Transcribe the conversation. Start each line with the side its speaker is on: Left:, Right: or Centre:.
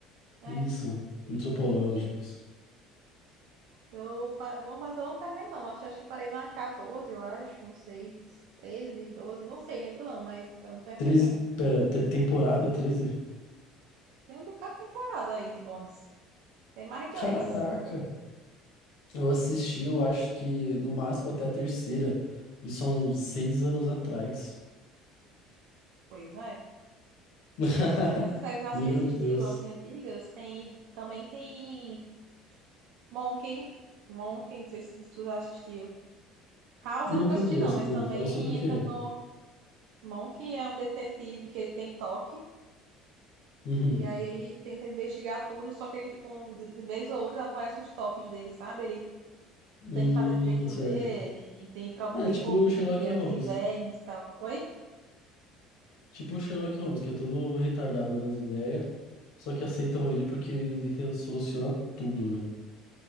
Right: É,
Left: Isso,
Right: isso.
Left: antropológicos.
Right: Eu, fa- não, mas eu não terminei, não. Acho, acho que parei na quatorze eu acho. Não sei. treze doze não sei, lembro não, mas eu não terminei,
Left: 13,
Right: não.
Left: pera, tre- temporada 13.
Right: Tem um bocado de temporada aí de Bones. Tem mais de
Left: Caraca!
Right: 10.
Left: Eu assisti, eu acho que no máximo até a terceira. Isso são seis anos atrás.
Right: Pois é.
Left: <laughs>
Right: Essas séries assim
Left: Meu
Right: nesse estilo,
Left: Deus.
Right: assim, antigas, tem também tem Monk. Monk, não sei se tu já assistiu. House
Left: Nunca
Right: eu nunca assisti,
Left: vi
Right: não,
Left: essa
Right: mas
Left: daí.
Right: também
Left: Fala sobre o quê?
Right: entra no. Monk é um detetive que ele tem toque.
Left: Uhum.
Right: E aí ele tenta investigar tudo, só que ele fica um, de, de vez ou outra aparece os toques dele, sabe? Ele
Left: Hum,
Right: tem que fazer do jeitinho
Left: certo.
Right: dele, e tem problema,
Left: Ah,
Right: tem
Left: é tipo
Right: fobia
Left: Sherlock Holmes.
Right: de vermes e tal. Oi?
Left: Tipo o Sherlock Holmes, que é todo retardado das ideias, só que aceitam ele porque ele re- soluciona tudo, né?